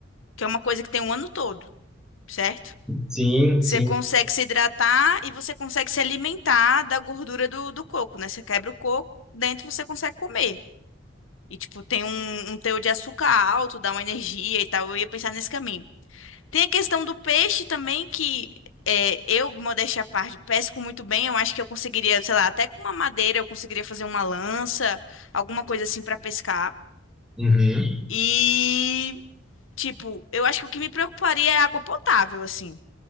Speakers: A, on the left (about 80°); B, in the centre.
A: que é uma coisa que tem o ano todo, certo?
B: sim,
A: Você
B: sim.
A: consegue se hidratar e você consegue se alimentar da gordura do, do coco, né? Você quebra o coco, dentro você consegue comer. E, tipo, tem um, um teor de açúcar alto, dá uma energia e tal. Eu ia pensar nesse caminho. Tem a questão do peixe também, que é, eu, modéstia à parte, pesco muito bem. Eu acho que eu conseguiria, sei lá, até com uma madeira eu conseguiria fazer uma lança, alguma coisa assim pra pescar.
B: Uhum.
A: E, tipo, eu acho que o que me preocuparia é água potável, assim.